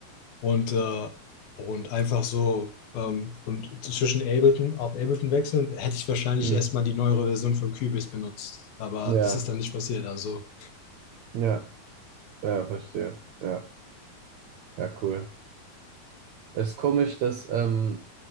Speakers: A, on the left; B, on the right.
A: und, äh, und einfach so ähm, und zwischen Ableton auf Ableton wechseln, hätte ich wahrscheinlich
B: Mhm.
A: erstmal die neuere Version von Cubase benutzt. Aber
B: Ja,
A: das ist dann nicht passiert. Also,
B: ja, ja, verstehe. Ja, ja, cool. Es ist komisch, dass ähm,